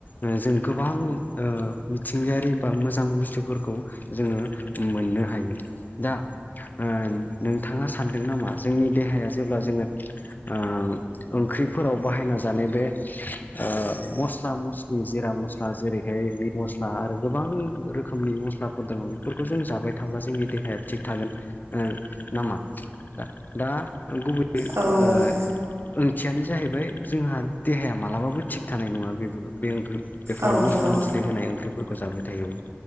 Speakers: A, on the left; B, on the right.
A: ओ जों गोबां ओ मिथिंगायारि बा मोजां बुस्थुफोरखौ जोङो मोननो हायो दा ओ नोंथाङा सानदों नामा जोंनि देहाया जेब्ला जोङो ओम ओंख्रिफोराव बाहायना जानाय बे ओ मस्ला मस्लि जिरा मस्ला जेरैहाय मिट मस्ला आरो गोबां रोखोमनि मस्ला फोर दङ' बेफोरखौ जों जाबाय थाब्ला जोंनि देहाया थिग थागोन ओ नामा? दा-दा गुबै
B: औ
A: ओ ओंथियानो जाहैबाय जोंहा देहाया मालाबाबो थिग थानाय नङा बेफो बे ओंख्रि बेफोर
B: औ
A: मस्ला
B: नंगौ
A: मस्लि होनाय ओंख्रिफोरखौ जाबाय थायोब्ला